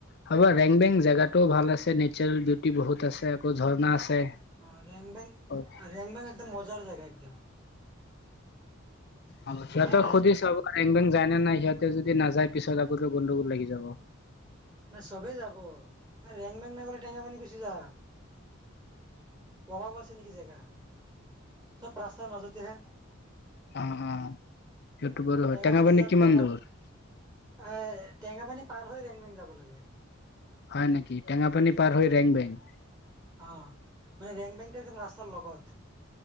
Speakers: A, on the left; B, on the right.
A: হব ৰেং বেং জেগাটোও ভাল আছে, নেটচাৰেল বিউটি বহুত আছে আকৌ ঝৰ্ণা আছে।
B: অ, ৰেং বেং
A: হ'ব
B: ৰেং বেং একদম মজাৰ জেগা একদম।
A: অ, সিহঁতেক
B: হয় নাই
A: সুধি চাব আ ৰেং বেং নে নাই সিহঁতে যদি নাযায় পিছত আগো গোণ্ডগোল লাগি যাব।
B: নাই, চবেই যাব ৰেং বেং নাই বোলে টেঙা পানী গুচি যা। পবাব আছে নেকি জেগা? চব ৰাস্তাৰ মাজতেহে।
A: অ, অ, সেটো বাৰু হয়,
B: টেঙাপানী
A: টেঙা পানী
B: যাম
A: কিমান
B: টেঙা
A: দূৰ?
B: এ ই টেঙাপানী পাৰ হৈ ৰেং বেং যাব লাগে।
A: হয় নকি? টেঙা পানী পাৰ হৈ ৰেং বেং।
B: অ, মানে ৰেং বেং একদম ৰাস্তাৰ লগত।